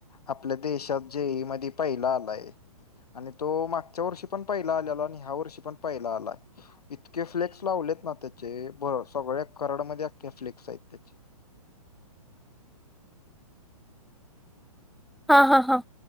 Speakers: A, on the left; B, in the centre.
A: आपल्या देशात जेइ मध्ये पहिला आलाय. आणि तो मागच्या वर्षी पण पहिला आलेला आणि ह्या वर्षी पण पहिला आला. इतके फ्लेक्स लावलेत ना त्याचे बर सगळ्या कराडमध्ये अख्खे फ्लेक्स आहेत त्याचे
B: हा हा हा